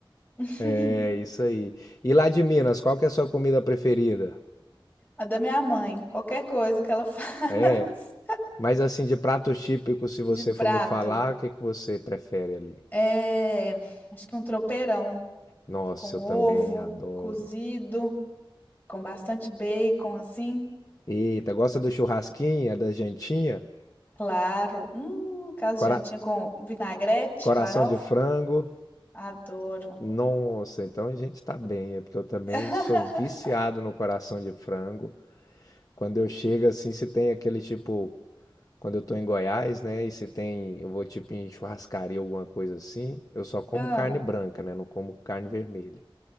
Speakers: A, on the left (about 25°); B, on the left (about 40°).
A: <laughs>
B: É, isso aí. E lá de Minas, qual que é a sua comida preferida?
A: A da minha mãe, qualquer coisa que ela <laughs> faz
B: É, mas assim, de pratos típicos, se você
A: de prato.
B: for me falar, o que que você prefere ali?
A: É, acho que um tropeirão
B: Nossa,
A: com
B: eu
A: ovo
B: também adoro.
A: cozido, com bastante bacon, assim.
B: Eita, gosta do churrasquinho, é da jantinha?
A: Claro. Hum, caso
B: Cora-
A: de jantinha com vinagrete,
B: Coração
A: farofa.
B: de frango?
A: Adoro.
B: Nossa, então a gente tá bem, é porque eu também
A: <laughs>
B: sou viciado no coração de frango. Quando eu chego assim, se tem aquele tipo, quando eu tô em Goiás, né, e se tem, eu vou tipo em churrascaria, alguma coisa assim, eu só como
A: Ah,
B: carne branca, né, não como carne vermelha.